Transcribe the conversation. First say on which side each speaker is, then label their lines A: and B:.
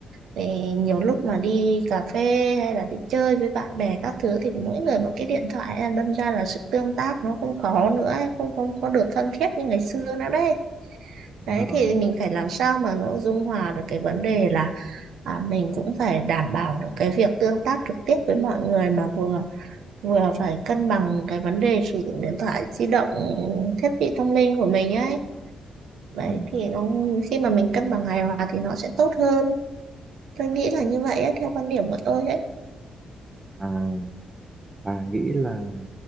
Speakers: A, on the right (about 80°); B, on the right (about 25°).
A: thì nhiều lúc mà đi cà phê hay là đi chơi với bạn bè các thứ thì mỗi người một cái điện thoại ấy, đâm ra là sự tương tác nó không có nữa ấy, không không có được thân thiết như ngày xưa nữa đấy
B: đúng
A: đấy
B: rồi
A: thì mình phải làm sao mà nó dung hòa được cái vấn đề là à, mình cũng phải đảm bảo được cái việc tương tác trực tiếp với mọi người mà vừa vừa phải cân bằng cái vấn đề sử dụng điện thoại di động thiết bị thông minh của mình ấy đấy
B: ừ.
A: thì nó khi mà mình cân bằng hài hòa thì nó sẽ tốt hơn tôi nghĩ là như vậy á, theo quan điểm của tôi ấy
B: à, bà nghĩ là